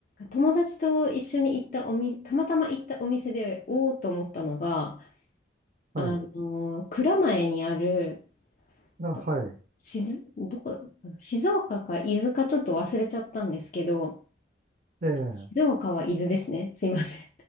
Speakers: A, on the left; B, on the right.
A: 友達と一緒に行ったお店、たまたま行ったお店で、おおと思ったのが、
B: はい、
A: あの、蔵前にある、
B: あはい、
A: と静どこ、静岡か伊豆かちょっと忘れちゃったんですけど、
B: ええ、
A: 静岡は伊豆ですね。すいません。